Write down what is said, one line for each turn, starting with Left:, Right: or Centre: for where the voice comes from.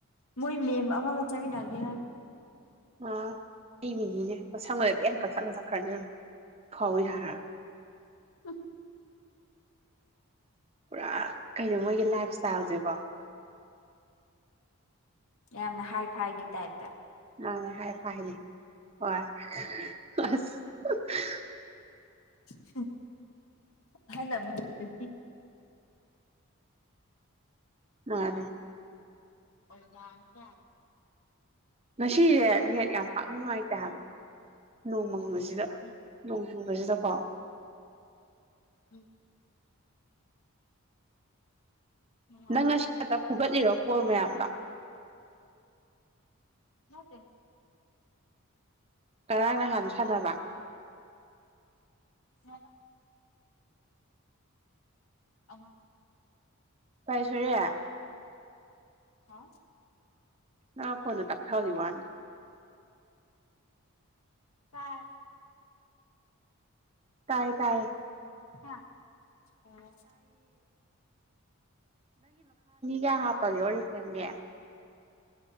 Left: ꯃꯣꯏ ꯃꯦꯝ ꯑꯃꯒ ꯆꯠꯃꯤꯟꯅꯒꯤ ꯍꯥꯏꯕ
Right: ꯑ ꯑꯩ ꯃꯤꯅꯤꯅꯦ ꯃꯁꯝꯒꯁꯦ ꯇꯦꯟꯅ ꯀꯛꯊꯠꯂꯒ ꯆꯠꯈ꯭ꯔꯅꯤ ꯑꯐꯥꯎꯕꯤ ꯁꯥꯔꯒ
Left: ꯍꯨ ꯍꯨ
Right: ꯄꯨꯔꯥ ꯀꯩꯅꯣ ꯃꯣꯏꯒꯤ ꯂꯥꯏꯞ ꯁ꯭ꯇꯥꯏꯜꯁꯦꯀꯣ
Left: ꯌꯥꯝꯅ ꯍꯥꯏ ꯐꯥꯏꯒꯤ ꯇꯥꯏꯞ
Right: ꯃꯟꯅꯦ ꯍꯥꯏ ꯐꯥꯏꯅꯦ ꯍꯣꯏ ꯑꯁ ꯍꯨ ꯍꯥ
Left: ꯍꯨꯡ ꯑꯍꯜ ꯑꯃ ꯑꯣꯏꯕꯩꯒꯤ
Right: ꯃꯥꯅꯦ
Left: ꯑꯣꯖꯅꯤꯅ
Right: ꯉꯁꯤꯖꯦ ꯅꯦꯠ ꯌꯥꯝ ꯄꯥꯛ ꯅꯨꯡꯉꯥꯏꯇꯦ ꯍꯥꯏꯕ ꯅꯣꯡ ꯃꯪꯕ ꯁꯤꯗ
Left: ꯎꯝ
Right: ꯅꯣꯡ ꯎꯕꯖꯤꯗꯀꯣ
Left: ꯎꯝ ꯅꯨꯉꯥꯏ
Right: ꯅꯪ ꯉꯁꯤ ꯈꯛꯇ ꯐꯨꯒꯠꯂꯤꯔꯣ ꯀꯣꯜ ꯃꯌꯥꯝꯗꯣ
Left: ꯅꯠꯇꯦ
Right: ꯉꯔꯥꯡ ꯅꯍꯥꯟ ꯁꯥꯟꯅꯕ
Left: ꯍꯂꯣ ꯑꯉꯥ
Right: ꯄꯥꯏꯁꯔꯤ
Left: ꯍꯥ
Right: ꯅꯪ ꯅꯈꯣꯟꯗꯣ ꯇꯞꯊꯕꯒꯤ ꯋꯥꯅꯤ
Left: ꯇꯥꯔ
Right: ꯇꯥꯌꯦ ꯇꯥꯌꯦ
Left: ꯍꯥꯥ ꯑꯣ ꯑꯣ
Right: ꯌꯥ ꯍꯥꯄꯒꯦ ꯍꯣꯔꯦꯟ ꯁꯦꯝꯒꯦ